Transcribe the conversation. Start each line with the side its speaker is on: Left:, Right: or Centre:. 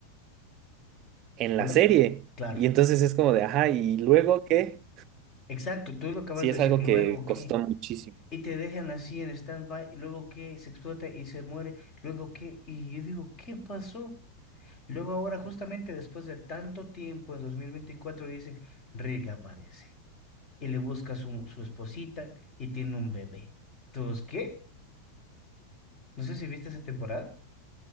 Right: en
Left: Hola.
Right: la serie.
Left: Claro.
Right: Y entonces es como de, ajá, ¿y luego qué?
Left: Exacto, tú lo acabas
Right: Sí,
Left: de
Right: es
Left: decir.
Right: algo
Left: ¿Luego
Right: que costó
Left: qué?
Right: muchísimo.
Left: Y te dejan así en stand-by, y luego que se explota y se muere, luego que, y yo digo, ¿qué pasó? Luego ahora, justamente después de tanto tiempo, en 2024, dicen, Rick aparece y le busca su, su esposita y tiene un bebé. Entonces, ¿qué? No sé si viste esa temporada.